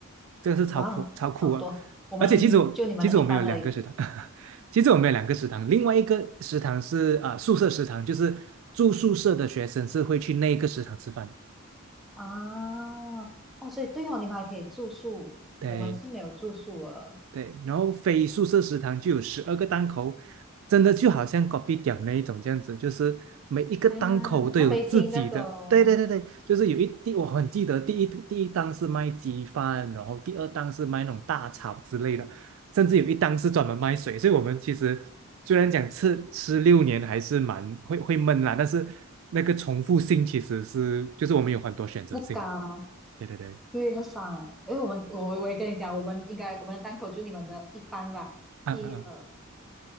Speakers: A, on the right; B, in the centre.
A: 这个是超酷超酷啊！
B: 哇哦，好多，我们就你们的一般而已
A: 而且其实我其实我们有两个食堂，<laughs> 其实我们有两个食堂，另外一个食堂是啊、呃宿舍食堂，就是住宿舍的学生是会去那一个食堂吃饭。
B: 啊。哦，所以对哦，你们还可以住宿，
A: 对，
B: 我们是没有住宿的
A: 对，然后非宿舍食堂就有十二个档口，真的就好像隔壁 p 那一种这样子，就是每一个档口都有自己的。
B: 啊。咖啡厅那种
A: 对对对对，就是有一第我很记得第一第一档是卖鸡饭，然后第二档是卖那种大炒之类的，甚至有一档是专门卖水。所以我们其实虽然讲吃吃六年还是蛮会会闷啦，但是那个重复性其实是就是我们有很多选择性的。
B: 不高，
A: 对对对，
B: 对，很爽。啊。因为我们我我也跟你讲，我们应该我们的档口就你们的一般吧，
A: 嗯嗯嗯，
B: 一呃，